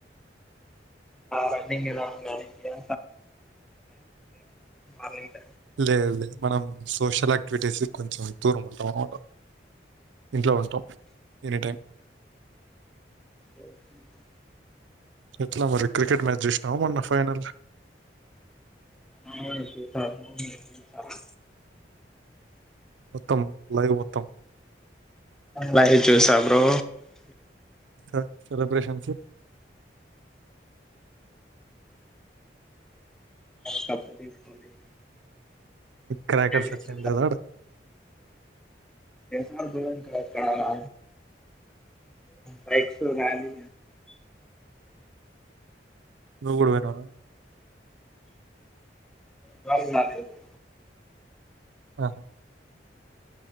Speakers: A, in the centre; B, on the right (about 85°).
A: రన్నింగ్ ఎలా కూర ఆలుగడ్డ
B: లేదు లేదు మనం సోషల్ యాక్టివిటీస్కి కొంచెం దూరం ఉంటం అనమాట ఇంట్లో ఉంటం ఎనీ టైమ్
A: ేే <inaudible>
B: ఎట్ల మరి క్రికెట్ మ్యాచ్ చుసినావ మొన్న ఫైనల్
A: అవును చూసాను మీరు చూసారా
B: మొత్తం లైవ్ మొత్తం
A: లైట్ చూస బ్రో
B: హా సెలబ్రేషన్స్
A: కప్పు తీసుకోని
B: క్రాకర్స్
A: ఎస
B: అట్లా ఏం లేదా ఆడ
A: <unintelligible> ఎక్కడా బైక్ తో ర్యాలీ
B: నువ్వు కూడా పోయినవ
A: కా నకు <unintelligible>
B: హా